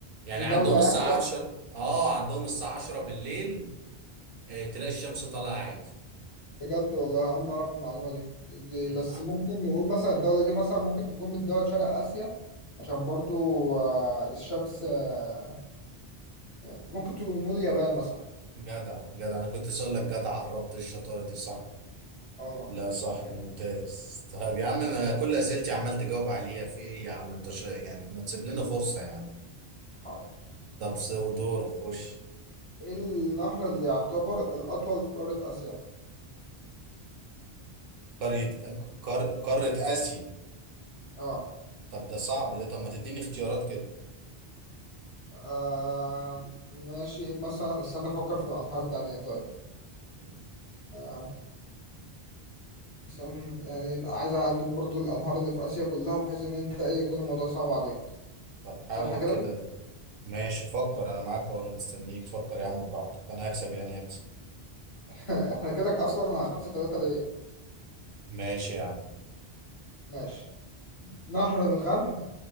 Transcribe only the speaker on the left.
دي
دولة
يعني
بجد والله أنا أول مرة أعرف المعلومة دي. دي بس
ممكن نقول مثلا الدولة دي مثلا ممكن تكون من دول شرق آسيا عشان برضو آه، الشمس آه، ممكن تقول نقول اليابان مثلا
اه
تمام
حاضر
ايه النهر اللي يعتبر الأطول في قارة آسيا؟
اه,
آه. ماشي مثلا استنى أفكر في أنهار تانية طيب
آه. مثلا يعني عايز أجيب برضو الأنهار اللي في آسيا كلها بحيث إن أنت إيه يكون الموضوع صعب عليك
صح
كده؟
<laughs> احنا كده أصلا على خمسة تلاتة ليا
ماشي نهر الغنج